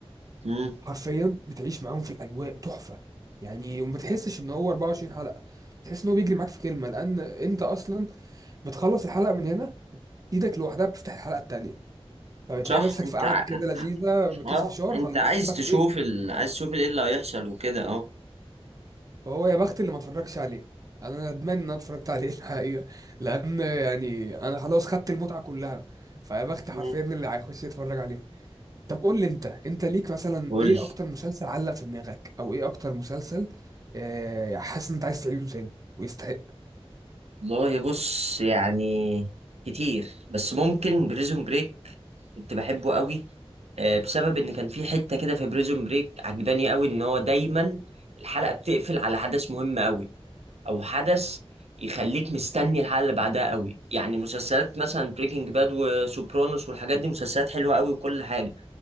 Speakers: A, on the right (about 85°); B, on the right (about 35°).
A: امم
B: حرفيا بتعيش معاهم في الاجواء تحفه يعني وما بتحسش ان هو 24 حلقه تحس ان هو بيجري معاك في كلمه لان انت اصلا بتخلص الحلقه من هنا ايدك لوحدها بتفتح الحلقه التانية فبتلاقي
A: صح
B: نفسك
A: انت
B: في قاعده
A: ع...
B: كده لذيذه بكيس
A: اه
B: فشار
A: انت
B: خلصت
A: عايز
B: لك
A: تشوف
B: ايه
A: ال... عايز تشوف ايه اللي هيحصل وكده اهو
B: فهو يا بخت اللي ما اتفرجش عليه يعني انا ندمان ان انا اتفرجت عليه <laughs> الحقيقه لان يعني انا خلاص خدت المتعه كلها فيا بخت حرفيا
A: مم.
B: اللي هيخش يتفرج عليه طب قول لي انت انت ليك مثلا
A: قول
B: ايه اكتر مسلسل علق في دماغك او ايه اكتر مسلسل آه، حاسس ان انت عايز تعيده تاني ويستحق
A: والله بص يعني كتير بس ممكن بريزون بريك كنت بحبه قوي آه، بسبب ان كان في حتة كده في بريزون بريك عجباني قوي ان هو دايما الحلقة بتقفل على حدث مهم قوي او حدث يخليك مستني الحلقه اللي بعدها قوي يعني مسلسلات مثلا بريكنج باد وسوبرانوس والحاجات دي مسلسلات حلوه قوي وكل حاجه